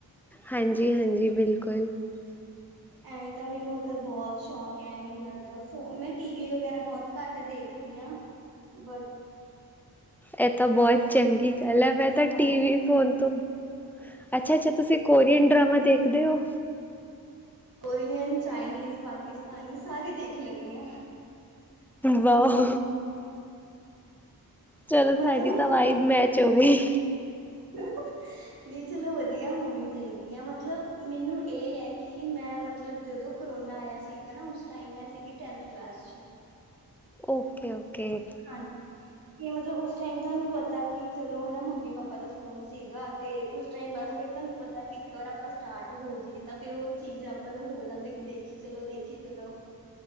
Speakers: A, in the centre; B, on the right.
A: ਹਾਂਜੀ ਹਾਂਜੀ, ਬਿਲਕੁਲ। <inaudible>
B: ਐਵੇਂ ਤਾਂ ਮੈਨੂੰ ਮਤਲਬ ਬੌਤ ਸ਼ੌਂਕ ਐ, ਐਵੇਂ ਮਤਲਬ ਫੋ ਮੈਂ ਟੀ ਵੀ ਵਗੈਰਾ ਬੌਤ ਘੱਟ ਦੇਖਦੀ ਆਂ। ਬਟ
A: ਐਹ ਤਾਂ ਬੌਤ ਚੰਗੀ ਗੱਲ ਐ, ਮੈਂ ਤਾਂ
B: ਫੋਨ
A: ਟੀ ਵੀ ਫੋਨ ਤੋਂ ਅੱਛਾ-ਅੱਛਾ, ਤੁਸੀਂ ਕੋਰੀਅਨ ਡਰਾਮਾ ਦੇਖਦੇ ਔ?
B: ਕੋਰੀਅਨ, ਚਾਈਨੀਜ਼, ਪਾਕਿਸਤਾਨੀ ਸਾਰੇ ਦੇਖ ਲੈਣੀ ਆਂ।
A: ਵਾਹ। ਚਲੋ
B: ਮਤਲਬ
A: ਸਾਡੀ
B: ਮੈਂ
A: ਤਾਂ
B: ਖੁਦ
A: ਵਾਈਬ ਮੈਚ ਹੋ ਗਈ।
B: <unintelligible> ਨਹੀਂ ਚਲੋ ਵਧੀਆ, ਹੋਣੀ ਚਾਈਦੀ ਐ। ਮਤਲਬ ਮੈਨੂੰ ਏਹ ਐ ਕਿ ਮੈਂ ਮਤਲ ਤਲਬ ਜਦੋਂ ਕਰੋਨਾ ਆਇਆ ਸੀਗਾ ਨਾ ਉਸ ਟਾਈਮ ਮੈਂ ਸੀਗੀ ਟੈਂਨਥ ਕਲਾਸ 'ਚ।
A: Okay, okay.
B: ਹਾਂਜ ਕਿ ਮਤਲਬ ਉਸ ਟਾਈਮ ਤਾਨੂੰ ਪਤਾ ਕਿ ਚਲੋ ਹਨਾ ਮੰਮੀ-ਪਾਪਾ ਦਾ ਫੋਨ ਸੀਗਾ। ਤੇ ਉਸ ਟਾਈਮ ਬਸ ਫੇਰ ਤਾਨੂੰ ਪਤਾ ਕਿ ਇੱਕ ਵਾਰ ਅਪਾਂ ਸਟਾਰਟ ਹੋ ਜਾਈਏ ਤਾਂ ਫੇਰ ਓਹ ਚੀਜ਼ ਆਪਾਂ ਨੂੰ ਹੋ ਜਾਂਦੀ ਕਿ ਦੇਖਿ ਕਿ ਚਲੋ, ਦੇਖੀ ਚਲੋ।